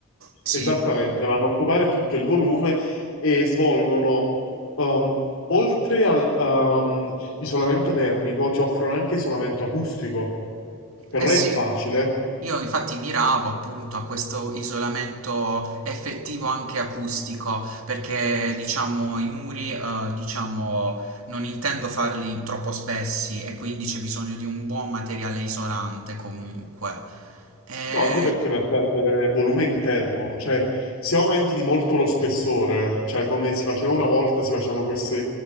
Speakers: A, on the right; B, on the left.
A: Sì.
B: Esattamente, vanno a occupare tutto il volume e svolgono, ehm, oltre al, ehm, isolamento termico, ci offrono anche isolamento acustico, che
A: Eh
B: non
A: sì,
B: è facile,
A: io infatti miravo appunto a questo isolamento effettivo anche acustico, perché diciamo i muri, eh, diciamo, non intendo farli troppo spessi e quindi c'è bisogno di un buon materiale isolante comunque. Eh,
B: no, anche perché vai a perdere volume interno, cioè se aumenti di molto lo spessore, cioè come si faceva una volta, si facevano questi